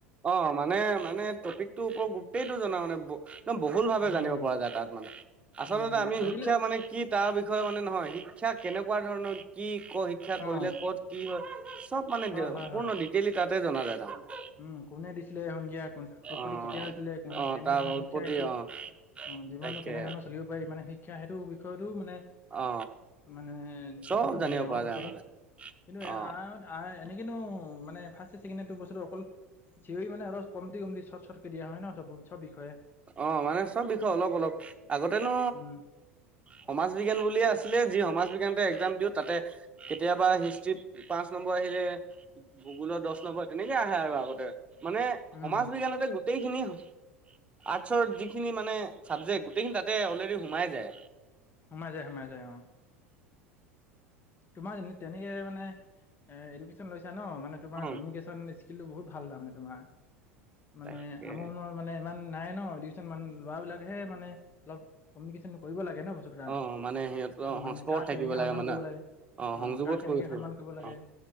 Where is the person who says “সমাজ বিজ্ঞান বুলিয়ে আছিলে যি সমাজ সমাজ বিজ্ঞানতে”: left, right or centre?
Right